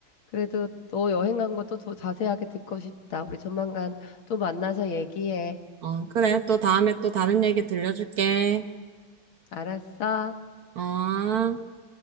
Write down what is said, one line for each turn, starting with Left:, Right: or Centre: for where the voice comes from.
Left: 그래도 너 여행 간 것도 더 자세하게 듣고 싶다. 우리 조만간 또 만나서 얘기해.
Right: 어, 그래. 또 다음에 또 다른 얘기 들려줄게.
Left: 알았어?
Right: 어.